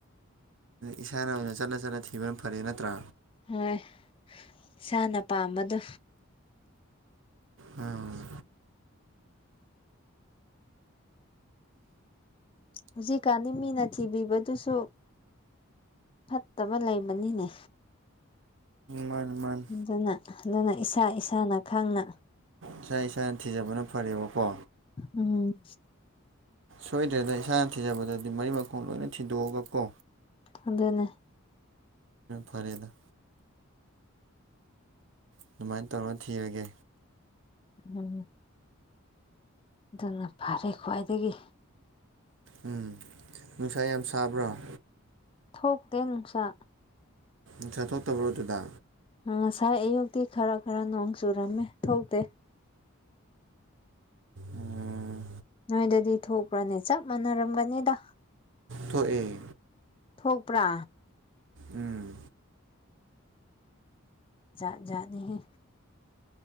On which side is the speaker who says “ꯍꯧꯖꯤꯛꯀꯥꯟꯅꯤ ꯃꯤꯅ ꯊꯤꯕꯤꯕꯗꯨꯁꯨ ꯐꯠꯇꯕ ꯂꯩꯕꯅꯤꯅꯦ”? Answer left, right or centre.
Left